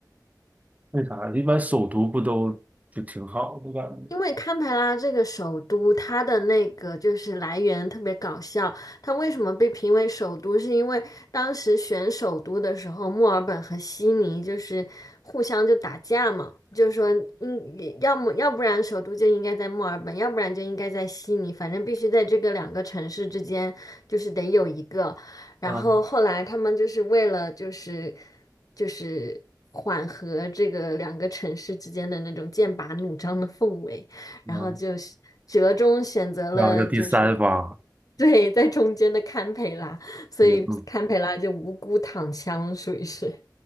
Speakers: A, on the right (about 20°); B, on the left (about 55°).
A: 为啥？一般首都不都就挺好的感觉？
B: 因为堪培拉这个首都，它的那个就是来源特别搞笑，它为什么被评为首都？是因为当时选首都的时候，墨尔本和悉尼就是互相就打架嘛，就说应要么要不然首都就应该在墨尔本，要不然就应该在悉尼，反正必须在这个两个城市之间，就是得有一个。然后后来他们就是为了就是
A: 嗯
B: 就是缓和这个两个城市之间的那种剑拔弩张的氛围。
A: 嗯，
B: 然后就是折中选择了就是
A: 那个第三方
B: 对在中间的堪培拉，所以堪培拉就无辜躺枪，
A: 也不，
B: 属于是。